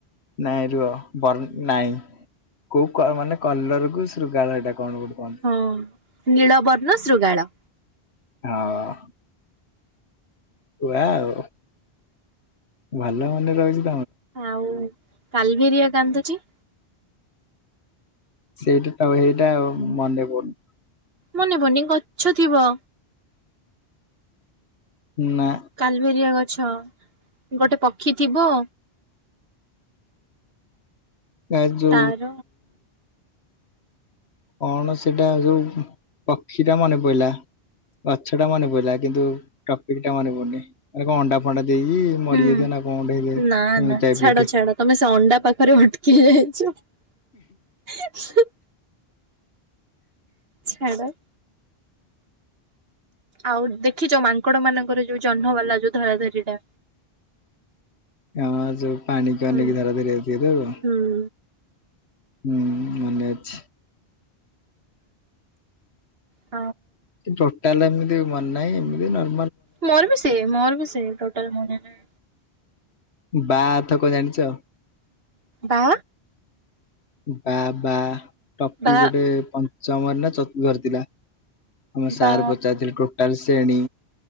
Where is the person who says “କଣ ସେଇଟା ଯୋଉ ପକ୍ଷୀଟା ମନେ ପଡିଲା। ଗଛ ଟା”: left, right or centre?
Left